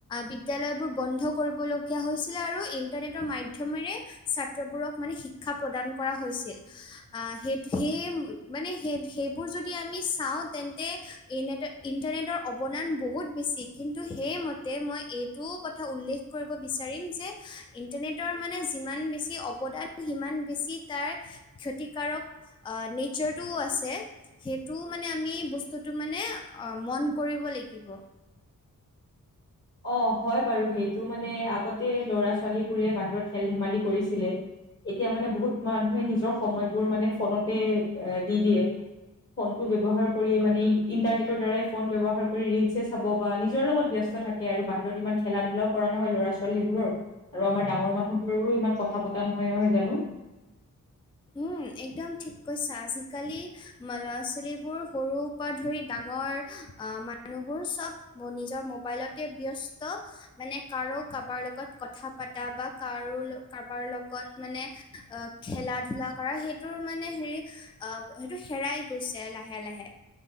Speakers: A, on the left; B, on the left.
A: বিদ্যালয়বোৰ বন্ধ কৰিব ল গীয়া হৈছিলে আৰু ইণ্টাৰনেটৰ মাধ্যমেৰে ছাত্ৰবোৰক মানে শিক্ষা প্ৰদান কৰা হৈছিল। আহ, সেই সেই মানে স সেইবোৰ যদি আমি চাওঁ তেন্তে ইনেটৰ ইণ্টাৰনেটৰ অৱদান বহুত বেছি, কিন্তু সেইম মই এইটোও কথা উল্লেখ কৰিব বিচাৰিম যে, ইণ্টাৰনেটৰ মানে যিমান বেছি অৱদান সিমান বেছি তাৰ ক্ষতিকাৰক নেচাৰটোও আছে। সেইটোও মানে আমি বস্তুতটো মানে অ মন কৰিব লাগিব।
B: অ', হয় বাৰু সেইটো মানে আগতে ল'ৰা ছোৱালী বোৰে বাহিৰত খেল ধেমালি কৰিছিলে। এতিয়া মানে বহুত মানুহে নিজৰ সময়বোৰ মানে ফোনতে এ দি দিয়ে। ফোনটো ব্যৱহাৰ কৰিয়েই মানে, ইন্টাৰনেটৰ দ্বাৰাই ফোন ব্যৱহাৰ কৰি ৰিলচ চাব বা নিজৰ লগত ব্যস্ত থাকে। আৰু বাহিৰত ইমান খেলা ধূলাও কৰা নহয় ল'ৰা ছোৱালীবোৰৰ। আৰু আমাৰ ডাঙৰ মানুহবোৰৰো ইমান কথা পতা নহয়, নহয় জানো?
A: উম, একদম ঠিক কৈছা, আজিকালি ল'ৰা ছোৱালীবোৰ সৰু ধৰি ডাঙৰ মানুহবোৰ চব নিজৰ মোবাইলতেই ব্যস্ত। মানে কাৰো কাৰোবাৰ লগত কথা পাতা বা কাৰো কাৰোবাৰ লগত মানে অ' খেলাত খেলা কৰা সেইটোৰ মানে হেৰি, অ' সেইটো হেৰাই গৈছে লাহে লাহে।